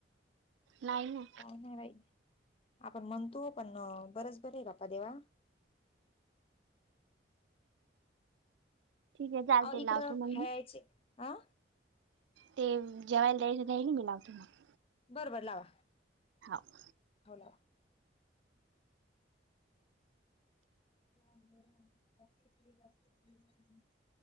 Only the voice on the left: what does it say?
काही नाही बाई. आपण म्हणतो पण बरंच बरे आहे बापा देवा.
आ इकडं
खायचे
अ <unintelligible>
बरबर लावा.
होला. <unintelligible> <unintelligible>